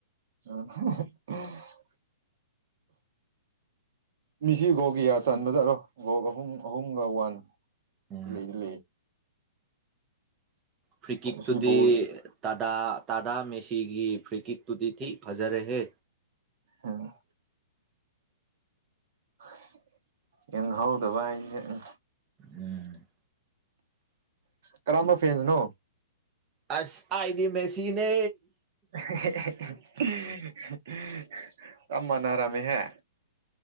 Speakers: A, on the right; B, on the right.
A: ꯑ <unintelligible> ꯃꯤꯁꯤ ꯒꯣꯜ ꯀꯌꯥ ꯆꯟꯕꯖꯥꯠꯔꯣ ꯒꯣꯜ ꯑꯍꯨꯝ ꯑꯍꯨꯝꯒ ꯋꯥꯟ
B: ꯎꯝ
A: ꯂꯩꯗꯤ ꯂꯩꯌꯦ꯫
B: ꯐ꯭ꯔꯤꯀꯤꯛꯇꯨꯗꯤ
A: ꯉꯁꯤ ꯕꯣꯜ
B: ꯇꯥꯗꯥ ꯇꯥꯗꯥ ꯃꯦꯁꯤꯒꯤ ꯐ꯭ꯔꯤꯀꯤꯛꯇꯨꯗꯤ ꯊꯤ ꯐꯖꯔꯦꯍꯦ꯫
A: ꯎꯝ ꯑꯁ ꯌꯦꯡꯍꯧꯗꯕ ꯍꯥꯏꯁꯦ ꯎꯝ
B: ꯎꯝ꯫
A: ꯀꯔꯝꯕ ꯐꯦꯟꯁꯅꯣ꯫
B: ꯑꯁ ꯑꯥꯏꯗꯤ ꯃꯦꯁꯤꯅꯦ꯫
A: <unintelligible> <unintelligible> ꯆꯞ ꯃꯥꯅꯔꯝꯃꯦ ꯍꯦ꯫